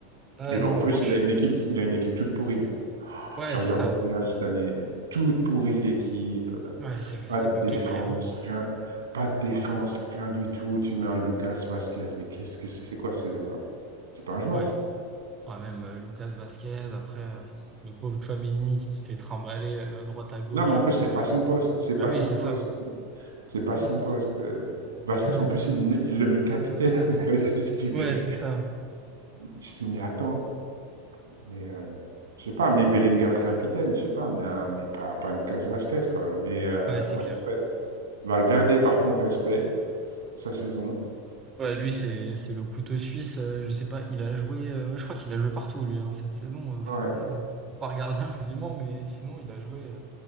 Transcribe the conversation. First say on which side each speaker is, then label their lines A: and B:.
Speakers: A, on the right; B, on the right.
A: Ah
B: Et ben
A: non,
B: en
A: bah
B: plus
A: moi je.
B: il a une équipe, il a une équipe toute pourrie. hein.
A: Ouais,
B: J'ai regardé
A: c'est ça.
B: le Real cette année, elle est toute pourrie l'équipe, Euh,
A: Ouais, c'est
B: pas
A: c'est
B: de
A: compliqué,
B: défense,
A: hein.
B: rien, pas de défense, rien du tout. Tu mets un Lucas Vasquez, mais qu'est-ce que c'est, c'est quoi ce joueur? C'est pas un joueur
A: Ouais.
B: ça.
A: Ouais, même euh, Lucas Vasquez. Après, euh, le pauvre Tchouaméni qui se fait trimballer euh, à droite à gauche.
B: Non mais en plus
A: euh,
B: c'est pas son poste, c'est
A: Bah
B: pas
A: oui,
B: son
A: c'est
B: poste.
A: ça.
B: C'est pas
A: Et
B: son
A: c'est
B: poste.
A: qui-
B: euh. Vasquez,
A: non
B: en plus,
A: bon.
B: il, il le met capitaine. <laughs> je dis,
A: Ouais,
B: mais,
A: c'est ça.
B: je dis, mais attends. Mais, euh, je sais pas, mais Bellingham capitaine, je sais pas, mais, euh, mais pas, pas Lucas Vasquez, quoi. Mais euh,
A: Ouais, c'est
B: comment
A: clair.
B: ça s'appelle? Valverde, par contre, respect, sa saison.
A: Ouais, lui, c'est c'est le couteau suisse. euh, je sais pas, il a joué. euh, ouais, je crois qu'il a joué partout, lui, hein, cette saison. euh,
B: Ouais.
A: franchement, euh, par gardien quasiment, mais sinon, il a joué euh,